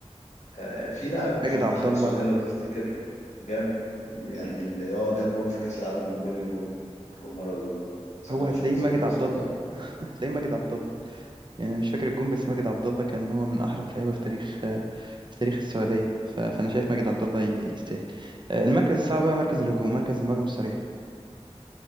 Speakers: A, on the left (about 85°); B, on the right (about 40°).
A: آه، في لاعب
B: ماجد
A: في منتخب
B: عبد الله
A: السعودية لو تفتكر جاب يعني اللي هو جاب جون في كأس العالم من جول الجون جون مارادوني بس أنا
B: هو
A: مش
B: هتلاقيه
A: متذكر
B: ماجد عبد
A: اسمه
B: الله
A: دلوقتي
B: <laughs> هتلاقيه ماجد عبد الله يعني مش فاكر الجون بس ماجد عبد الله كان هو من أحرف لعيبة في تاريخ آه، في تاريخ السعودية ف... فأنا شايف ماجد عبد الله ي- يستاهل آه، المركز الصعب بقى مركز الهجوم مركز المهاجم الصريح